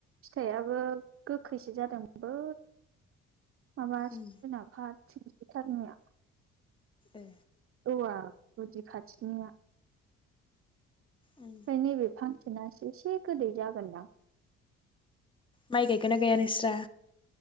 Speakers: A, on the right; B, on the left.
A: थाइयाबो गोखैसो जादोंमोन बै माबा
B: उम
A: सोनाबहाथिं थारनिया।
B: ए।
A: औवा गुदि खाथिनिया। ओमफ्राय
B: उम
A: नैबे फांसेनासो एसे गोदै जागोनदां।
B: माइ गायगोना गैया नोंस्रा?